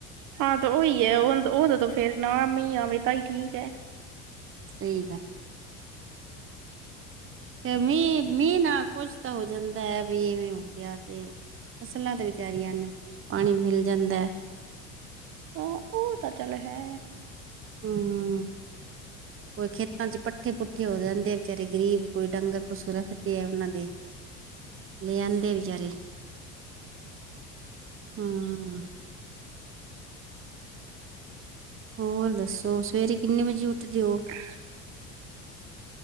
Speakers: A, on the right; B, on the right.
A: ਹਾਂ ਤੇ ਉਹੀ ਹੈ ਉਹਦ ਉਦੋਂ ਫਿਰ, ਨਾ ਮੀਂਹ ਆਵੇ ਤਾਈ ਠੀਕ ਹੈ।
B: ਸਹੀ ਗੱਲ ਹੈ। ਫ ਮੀਂਹ -ਮੀਂਹ ਨਾ ਕੁਛ ਤੋ ਹੋ ਜਾਂਦਾ ਹੈ ਵੀ ਇਵੇਂ ਹੋ ਗਿਆ ਤੇ ਫਸਲਾਂ ਤੇ ਵਿਚਾਰੀਆਂ ਨੂੰ, ਪਾਣੀ ਮਿਲ ਜਾਂਦਾ।
A: ਹੁ ਉਹ ਤਾਂ ਚੱਲ ਹੈ।
B: ਹੂ ਹੂ ਕੋਈ ਖੇਤਾਂ ਚ ਪੱਠੇ ਪੁੱਠੇ ਹੋ ਜਾਂਦੇ ਆ ਬਿਚਾਰੇ ਗਰੀਬ ਕੋਈ ਡੰਗਰ ਪਸੂ ਰੱਖਦੇ ਆ ਉਹਨਾਂ ਦੇ। ਲੇ ਆਂਦੇ ਵਿਚਾਰੇ ਹੁ, ਓਓਓਓ ਹੋਰ ਦੱਸੋ ਸਵੇਰੇ ਕਿੰਨੇ ਵਜੇ ਉੱਠਦੇ ਹੋ?
A: <inaudible>